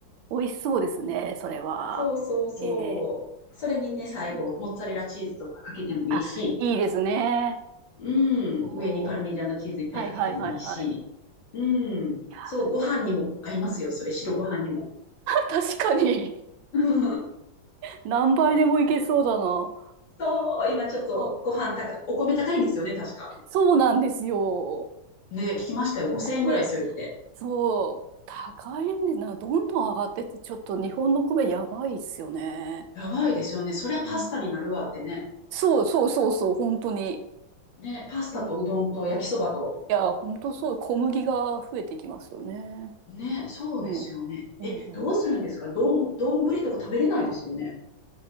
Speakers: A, on the right (about 75°); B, on the left (about 70°).
A: 美味しそうですね、
B: うん
A: それは。
B: そうそうそう。
A: ええ
B: それにね、最後、
A: うん
B: モッツァレラチーズとかかけてもいいし、
A: あ、いいですね。
B: う
A: おー
B: ん、上にパルミジャーノチーズいっぱいかけてもいいし、
A: はいはいはいはい。
B: うん、
A: <laughs>
B: そう、ご飯にも合いますよ、それ、白ご飯にも。
A: 確かに。
B: <laughs>
A: 何倍でもいけそうだな。
B: そう、今ちょっとご飯高い、
A: やば
B: お米高いんですよね、確か。
A: そうなんですよ。
B: ね、聞きましたよ、5000円ぐらいするって。
A: 米、そう、高いんでな、どんどん上がってて、ちょっと日本の米やばいっすよね。
B: やばいですよね。そりゃパスタになるわってね。
A: うんそうそうそうそう、本当に。
B: ね、パスタとうどんと焼きそばと。
A: うん。いや、本当そう、小麦が増えていきますよね。
B: ね、そうですよね。
A: うん。うんうん。
B: え、どうするんですかどん、どんぶりとか食べれないですよね。